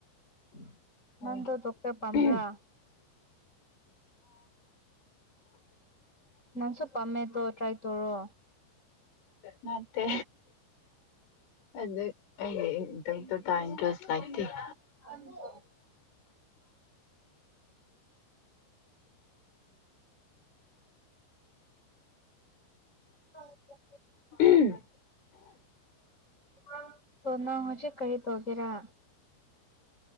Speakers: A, on the left; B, on the left.
A: <inaudible>
B: ꯍꯣꯢ
A: ꯗꯣꯛꯇꯔ ꯄꯥꯝꯕ꯭ꯔꯥ
B: ꯎꯝ
A: ꯅꯪꯁꯨ ꯄꯥꯝꯃꯦ ꯇꯣ ꯇ꯭ꯔꯥꯏ ꯇꯧꯔꯣ
B: ꯅꯠꯇꯦ ꯑꯗꯨ ꯑꯩꯗꯤ ꯗꯣꯛꯇꯔꯇꯥꯢ ꯏꯟꯇꯔꯦꯁ ꯂꯩꯇꯦ
A: <unintelligible> <unintelligible>
B: ꯎꯝ
A: ꯑꯗꯣ ꯅꯪ ꯍꯧꯖꯤꯛ ꯀꫪꯤ ꯇꯧꯒꯦꯔꯥ